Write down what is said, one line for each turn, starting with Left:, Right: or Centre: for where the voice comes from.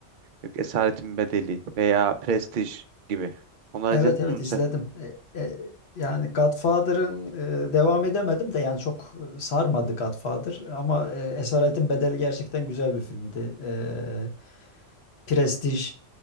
Right: yok Esaretin Bedeli veya Prestige gibi. Onları
Left: Evet
Right: izledin
Left: evet
Right: mi
Left: izledim.
Right: sen?
Left: E, e, yani Godfather'ın e, devam edemedim de yani çok e, sarmadı Godfather ama e, Esaretin Bedeli gerçekten güzel bir filmdi. E, Prestige